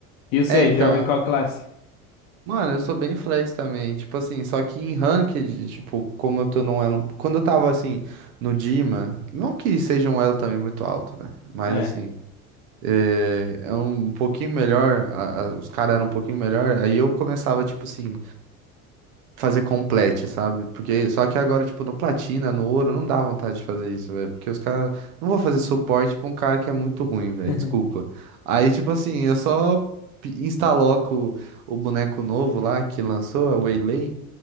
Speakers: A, on the left; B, on the right.
A: E você,
B: É, então.
A: joga em qual classe?
B: Mano, eu sou bem flex também, tipo assim, só que em ranked, tipo, como eu tô num elo, quando eu tava assim no Dima, não que seja um elo também muito alto, né? Mas
A: É.
B: assim, é, é um pouquinho melhor, a- a- os caras eram um pouquinho melhor, aí eu começava tipo assim, fazer complete, sabe? Porque só que agora, tipo, no platina, no ouro, não dá vontade de fazer isso, velho. Porque os caras não vou fazer suporte pra um cara que é muito ruim, velho.
A: <laughs>
B: Desculpa. Aí, tipo assim, eu só pi- instaloco o boneco novo lá que lançou, a Waylay,